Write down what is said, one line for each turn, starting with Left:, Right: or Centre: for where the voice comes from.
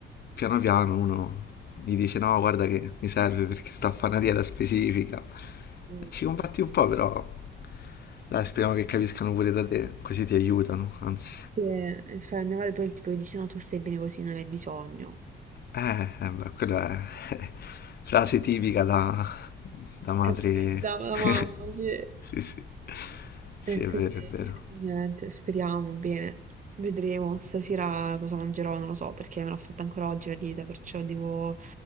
Left: piano piano, uno gli dice no, guarda che mi serve perché sto a fare una dieta specifica.
Right: Mm.
Left: Ci combatti un po', però, dai, speriamo che capiscano pure da te, così ti aiutano, anzi.
Right: se- cioè, mia madre poi tipo dice no, tu stai bene così, non hai bisogno.
Left: Eh, eh, beh, quella è <laughs> frase tipica da, da madre.
Right: Capito? Da, da
Left: <laughs>
Right: mamma, sì.
Left: Sì, sì. Sì,
Right: E quindi
Left: è vero, è vero.
Right: niente, speriamo bene. Vedremo stasera cosa mangerò, non lo so, perché me l'ho fatta ancora oggi la dieta, perciò devo